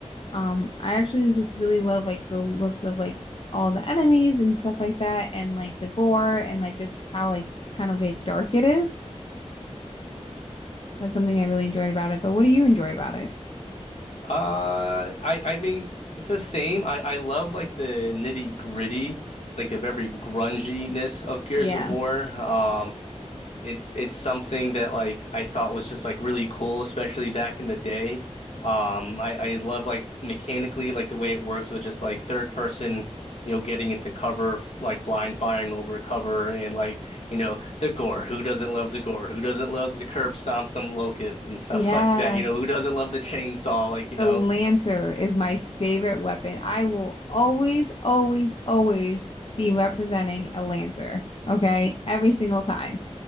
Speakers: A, on the left (about 50°); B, on the left (about 70°).
A: Um, I actually just really love like the looks of like all the enemies and stuff like that, and like the gore and like just how like kind of like dark it is. That's something I really enjoyed about it. But what do you enjoy about it?
B: Uh, I I mean it's the same. I I love like the nitty gritty, like the very grunginess of Gears
A: Yeah.
B: of War. Um, It's it's something that like I thought was just like really cool, especially back in the day. Um, I I love like mechanically like the way it works with just like third person, you know, getting into cover f- like blind firing over cover and like you know the gore. Who doesn't love the gore? Who doesn't love the curb stomp some locust and stuff
A: Yes,
B: <laughs> like that? You know, who doesn't love the chainsaw? Like you
A: the
B: know.
A: Lancer is my favorite weapon. I will always, always, always be representing a Lancer. Okay, every single time.